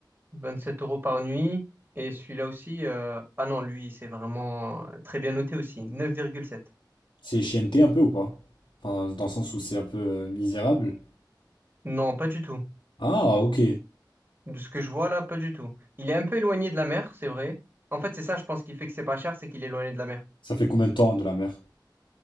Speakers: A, on the right; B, on the left.
A: 27 euros par nuit. Et celui-là aussi... euh, Ah non, lui, c'est vraiment euh, très bien noté aussi. Neuf virgule sept.
B: C'est chienneté un peu ou pas? Enfin, dans le sens où c'est un peu euh, misérable.
A: Non, pas du tout.
B: Ah, ok.
A: De ce que je vois là, pas du tout. Il est un peu éloigné de la mer, c'est vrai. En fait, c'est ça, je pense, qui fait que c'est pas cher, c'est qu'il est éloigné de la mer.
B: Ça fait combien de temps de la mer?